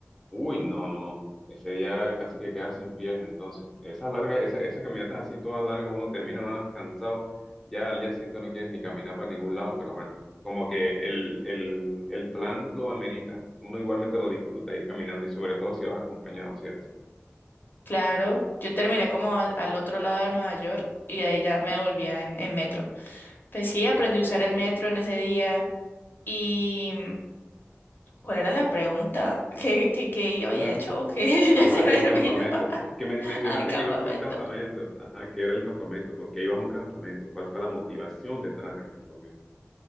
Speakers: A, in the centre; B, on the left.
A: Uy, no, no. Ese día casi que quedas sin pies, entonces. Esas largas, esa- esas, caminatas así, todas largas, uno termina más cansado. Ya al día siguiente no quieres ni caminar para ningún lado, pero bueno, como que el, el, el plan lo amerita. Uno igualmente lo disfruta ir caminando y sobre todo si vas acompañado, ¿cierto?
B: Claro, yo terminé como a- al otro lado de Nueva York y de ahí ya me volvía en, en metro. Pues sí, aprendí a usar el metro en ese día. Y ¿Cuál era la pregunta? ¿Qué, qué, qué
A: <laughs>
B: yo había hecho o qué?
A: Ajá,
B: <laughs> Ya se me
A: el campamento.
B: olvidó <laughs>
A: Que me mencionaste
B: al campamento.
A: que ibas para un campamento. Ajá, ¿qué era el campamento? ¿Por qué ibas a un campamento? ¿Cuál fue la motivación detrás del campamento?